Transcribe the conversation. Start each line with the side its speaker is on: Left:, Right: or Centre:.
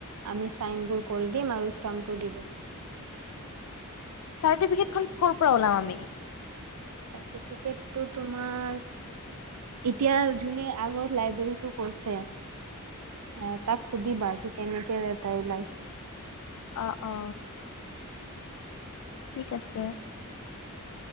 Right: আমি চাইন বোৰ কৰি দিম আৰু ষ্টাম্পটো দি দিম
Left: চাৰ্টিফিকেট খন ক'ৰ পৰা ওলাম আমি?
Right: চাৰ্টিফিকেটটো তোমাৰ, এতিয়া যোনে আগত লাইব্ৰেৰীটো কৰিছে অ', তাক সুধিবা কি কেনেকে এ তাই ওলাইছে
Left: অ', অ'। ঠিক আছে।